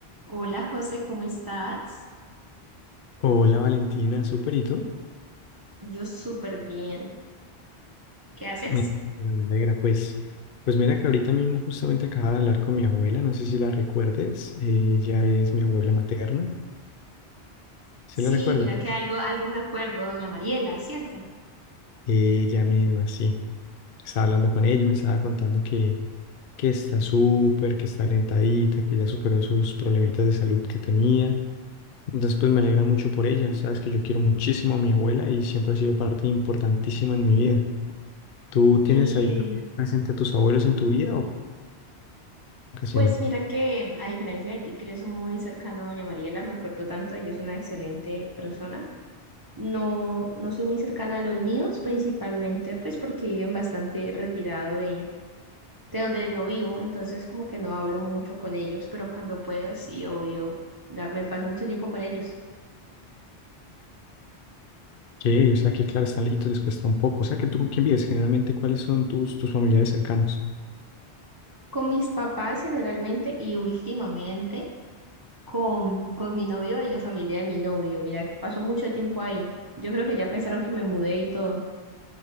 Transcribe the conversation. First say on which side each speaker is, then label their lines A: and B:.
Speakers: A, on the right; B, on the left.
A: Hola José, ¿cómo estás?
B: Hola Valentina, súper, ¿y tú?
A: Yo súper bien. ¿Qué haces?
B: Me me alegra, pues, pues mira que ahorita mismo justamente acababa de hablar con mi abuela, no sé si la recuerdes, eh, ella es mi abuela materna, ¿se
A: Sí,
B: la recuerda?
A: mira que algo, algo me acuerdo, doña Mariela, ¿cierto?
B: Ella misma, sí, estaba hablando con ella y me estaba contando que, que está súper, que está alentadita, que ya superó sus problemitas de salud que tenía, entonces pues me alegra mucho por ella, sabes que yo quiero muchísimo a mi abuela y siempre ha sido parte importantísima en mi vida. ¿Tú tienes
A: Sí,
B: ahí también presente a tus abuelos en tu vida o casi
A: pues
B: no?
A: mira que a diferencia de ti, que eres muy cercano a doña Mariela, me acuerdo tanto, ella es una excelente persona. No, no soy muy cercana a los míos, principalmente pues porque viven bastante retirado de, de donde yo vivo, entonces como que no hablo mucho con ellos, pero cuando puedo, sí, obvio, la- me paso mucho tiempo con ellos.
B: Sí, o sea que claro, están lejitos, les cuesta un poco. O sea que tú con quién vives generalmente, ¿cuáles son tus, tus familiares cercanos?
A: con mis papás generalmente y últimamente con, con mi novio y la familia de mi novio. Mira que pasó mucho tiempo ahí. Yo creo que ya pensaron que me mudé y todo.